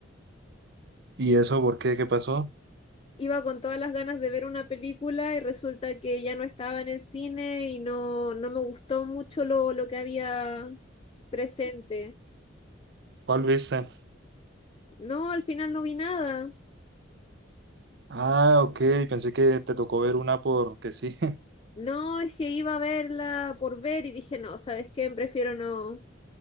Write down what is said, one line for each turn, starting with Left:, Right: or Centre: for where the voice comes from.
Right: ¿Y eso por qué? ¿Qué pasó?
Left: Iba con todas las ganas de ver una película y resulta que ya no estaba en el cine y no, no me gustó mucho lo, lo que había presente.
Right: ¿Cuál viste?
Left: No, al final no vi nada.
Right: Ah, ok, pensé que te tocó ver una porque sí.
Left: No, es que iba a verla por ver y dije, no, ¿sabes qué? Prefiero no.